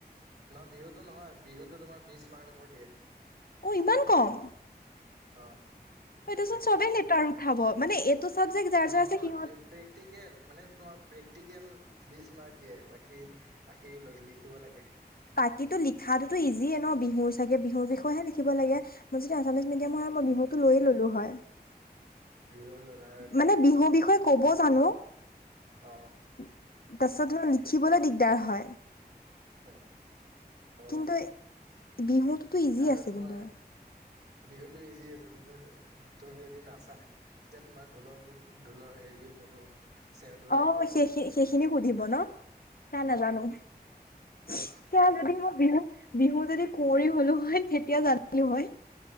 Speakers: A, on the right (about 85°); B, on the left (about 60°).
A: নহয় বিহুতো নহয়, বিহুতো তোমাৰ বিছ মাৰ্কৰ দিয়ে।
B: অ', ইমান কম।
A: অ'।
B: সেইটো
A: প্ৰেক্টিকেল
B: চোন চবেই লেতাৰ উঠাব, মানে এইটো চাবজেক্ট যাৰ
A: নহয়
B: যাৰ আছে সিহঁত
A: প্ৰে প্ৰেক্টিকেল মানে তোমাৰ প্ৰেক্টিকেল বিছ মাৰ্ক দিয়ে বাকী আশী ল লিখিব লাগে।
B: বাকীটো লিখাতোতো ইজিয়ে ন, বিহুৰ চাগে বিহুৰ বিষয়েহে লিখিব লাগে। মই যদি আছামিজ মিডিয়ামৰ হয় মই বিহুটো লৈয়ে ল'লো হয়।
A: বিহু ললা
B: মানে বিহুৰ বিষয়ে ক'ব
A: বিহুটো
B: জানো।
A: কি
B: তাৰপিছত
A: অ
B: হয় লিখিবলৈ দিগদাৰ হয়।
A: <unintelligible> অ
B: কিন্তু এই বিহুতোতো ইজি
A: আৰু
B: আছে
A: তোমাৰ
B: কিন্তু।
A: বিহুটো ইজি আছে, তোমাৰ যে তুমি যদি নাচা। তেতিয়া তোমাৰ ঢোলৰটো ঢোলৰ হেৰিও <unintelligible> চেওটো লাগিব
B: অ', মই সেই-সেই সেইখিনিও সুধিব ন, নাই নাজানো <unintelligible>
A: অ
B: যদি মোক বিহু বিহু যদি কুঁৱৰী হ'লো হয়, তেতিয়া জানিলো হয়।